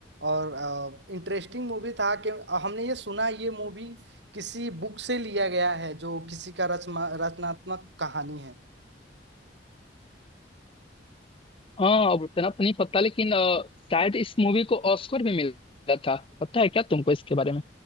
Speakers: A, on the right (about 70°); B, on the left (about 30°).
A: और इंटरेस्टिंग मूवी था कि हमने ये सुना ये मूवी किसी बुक से लिया गया है जो किसी का रचना रचनात्मक कहानी है
B: हाँ अब उतना तो नहीं पता लेकिन अ, शायद इस मूवी को ऑस्कर भी मिला था पता है क्या तुमको इसके बारे में